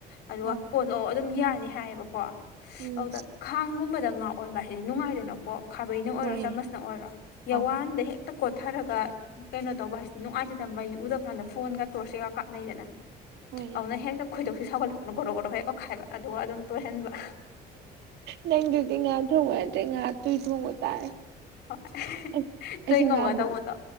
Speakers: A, on the left; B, on the right.
A: ꯑꯗꯨꯒ
B: ꯑꯥ
A: ꯑꯣꯜꯂꯛꯑꯣ ꯑꯗꯨꯝ ꯌꯥꯅꯤ ꯍꯥꯏꯌꯦꯕꯀꯣ
B: ꯎꯝ
A: ꯑꯗꯨꯗ ꯈꯥꯡꯒꯨꯝꯕꯗ ꯉꯥ ꯑꯣꯟꯕ ꯍꯥꯏꯁꯤꯗꯤ ꯅꯨꯡꯉꯥꯏꯗꯅꯀꯣ ꯈꯥꯕꯩꯅ ꯑꯣꯏꯔꯣ
B: ꯍꯣꯏ
A: ꯆꯥꯃꯁꯅ ꯑꯣꯏꯔꯣ
B: ꯑꯥ
A: ꯌꯥꯋꯥꯟꯗ ꯍꯦꯛ ꯇ ꯀꯣꯠꯊꯔꯒ ꯀꯩꯅꯣ ꯇꯧꯕ ꯍꯥꯏꯁꯤꯗꯤ ꯅꯨꯡꯉꯥꯏꯇꯦꯗꯅ ꯃꯩ ꯎꯗꯀꯥꯟꯗ ꯐꯣꯟꯒ ꯇꯣꯔꯆ ꯀꯩꯒ ꯀꯥꯞꯅꯩꯗꯅ
B: ꯍꯣꯏ
A: ꯑꯗꯨꯅ ꯍꯦꯛꯇ ꯈꯣꯏꯗꯧꯁꯤ ꯁꯥꯎꯒꯠꯂꯛꯇꯅ ꯒꯣꯔꯣ ꯒꯣꯔꯣ ꯍꯦꯛ ꯑꯣꯠꯈꯥꯏꯕ ꯑꯗꯨꯒ ꯑꯗꯨꯝ ꯇꯣꯏꯍꯟꯕ
B: ꯅꯪ ꯗꯨꯗꯤ ꯉꯥ ꯊꯣꯡꯕ ꯅꯇꯦ ꯉꯥ ꯇꯨꯢ ꯊꯣꯡꯕ ꯇꯥꯔꯦ
A: <unintelligible>
B: ꯑꯩ
A: ꯇꯣꯢꯉꯧꯒ
B: ꯑꯩꯁꯦ ꯉꯥ ꯃꯔꯨ
A: ꯇꯧꯕꯗꯨ